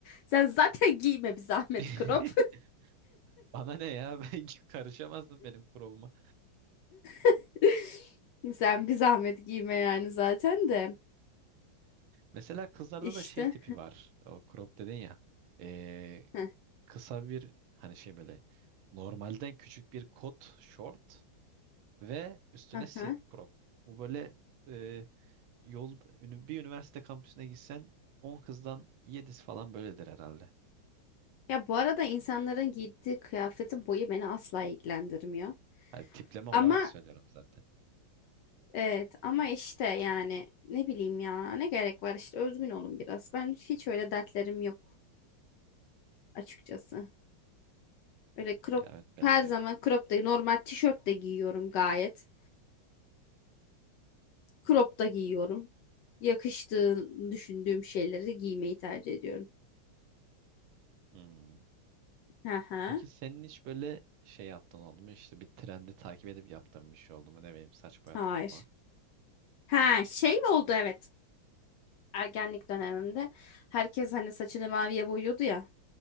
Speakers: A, on the left (about 70°); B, on the right (about 75°).
A: Sen zaten giyme bir zahmet
B: <laughs>
A: crop.
B: Bana ne ya <laughs> ben karışamazdım benim crop'uma.
A: <laughs> Sen bir zahmet giyme yani zaten de.
B: Mesela kızlarda
A: İşte.
B: da şey tipi var. O crop dedin ya. Ee,
A: Heh,
B: kısa bir hani şey böyle normalden küçük bir kot short ve üstüne
A: aha.
B: siyah crop. Bu böyle e, yol ünü- bir üniversite kampüsüne gitsen 10 kızdan 7'si falan böyledir herhalde.
A: Ya bu arada insanların giydiği kıyafetin boyu beni asla ilgilendirmiyor.
B: Hani tipleme olarak
A: Ama
B: söylüyorum zaten.
A: evet ama işte yani ne bileyim ya ne gerek var işte özgün olun biraz. Ben hiç öyle dertlerim yok açıkçası. Öyle crop
B: Ya evet benim
A: her
B: de
A: zaman
B: yok.
A: crop da normal tişört de giyiyorum gayet. Crop da giyiyorum. Yakıştığını düşündüğüm şeyleri giymeyi tercih ediyorum.
B: Hmm.
A: Hı hı.
B: Peki senin hiç böyle şey yaptığın oldu mu? İşte bir trendi takip edip yaptığın bir şey oldu mu? Ne bileyim saç boyatmak
A: Hayır.
B: falan.
A: Ha şey oldu evet. Ergenlik dönemimde herkes hani saçını maviye boyuyordu ya.